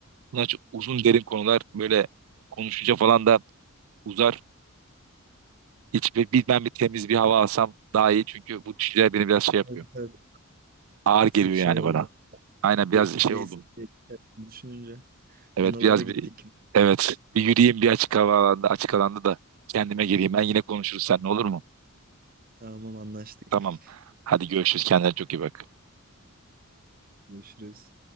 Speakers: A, on the right; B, on the right.
A: bunlar çok uzun derin konular böyle konuşunca falan da uzar. Hiç bir, bir- ben bir temiz bir hava alsam daha iyi. Çünkü bu düşünceler beni biraz şey yapıyor.
B: Evet, evet.
A: Ağır geliyor
B: S- şey
A: yani
B: oldu.
A: bana. Aynen biraz
B: E-
A: şey
B: Eski
A: oldum.
B: düşününce
A: Evet
B: analara
A: biraz
B: gittik.
A: bir evet bir yürüyeyim bir açık hava alanda açık alanda da kendime geleyim. Ben yine konuşuruz seninle olur mu?
B: Tamam anlaştık.
A: Tamam. Hadi görüşürüz. Kendine çok iyi bak.
B: Görüşürüz.